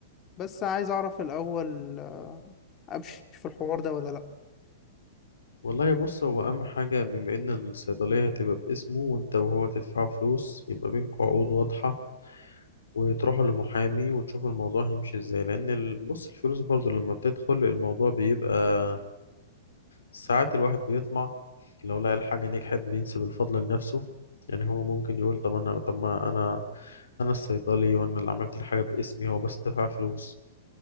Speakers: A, on the left; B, on the left.
A: بس عايز اعرف الاول امشي في الحوار ده ولا لا
B: والله بص هو اهم حاجه بما ان الصيدليه هتبقى باسمه وانت وهو تدفعوا فلوس يبقى بينكم عقود واضحه وتروحوا لمحامي وتشوفوا الموضوع هيمشي ازاي لان ال- بص الفلوس برضو لما بتدخل الموضوع بيبقى ساعات الواحد بيطمع لو لقى الحاجة نجحت بينسب الفضل لنفسه يعني هو ممكن يقول طب أنا طب ما أنا أنا الصيدلي وأنا اللي عملت الحاجة باسمي هو بس دفع فلوس